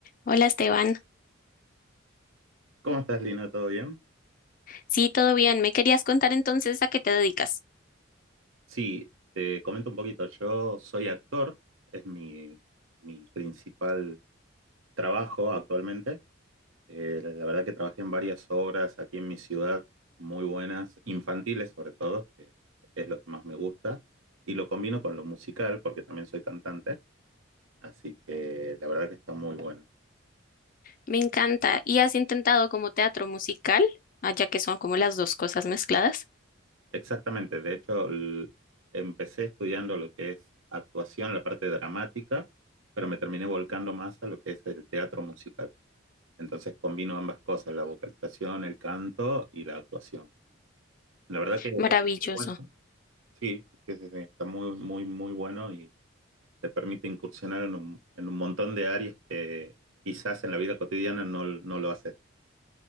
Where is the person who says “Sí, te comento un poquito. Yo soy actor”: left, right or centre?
Right